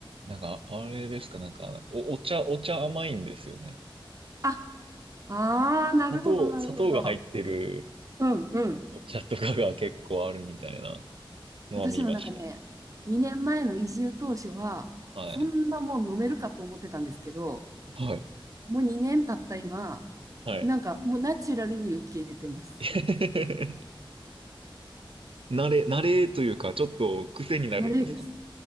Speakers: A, on the right; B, on the right.
A: なんか、あれですか、なんか、お、お茶、お茶甘いんですよね。
B: あ、ああなるほど、
A: 砂糖、
B: なるほど。
A: 砂糖が入ってる、
B: うん、うん。
A: お茶とかが結構あるみたいなのは見ました。
B: 私もなんかね、2年前の移住当初は、
A: はい。
B: こんなもん飲めるかと思ってたんですけど、
A: はい。
B: もう2年経った今、
A: はい。
B: なんかもうナチュラルに受け入れてます。
A: <laughs> 慣れ、慣れというか、ちょっと癖になるんですかね。
B: 慣れです。